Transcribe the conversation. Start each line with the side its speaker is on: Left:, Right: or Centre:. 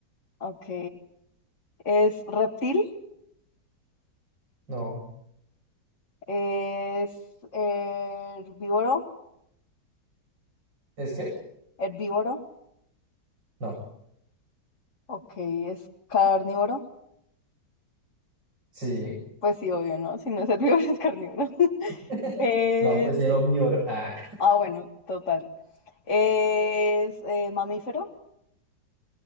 Left: Ok. ¿Es reptil?
Right: No.
Left: ¿Es herbívoro?
Right: ¿Es que?
Left: ¿Herbívoro?
Right: No.
Left: Ok. ¿Es carnívoro?
Right: Sí.
Left: Pues sí, obvio, ¿no? Si no es herbívoro, <laughs> es carnívoro. <laughs>
Right: <laughs>
Left: Es...
Right: No puede ser omnívoro. Ah.
Left: Ah, bueno, total. ¿Es eh, mamífero?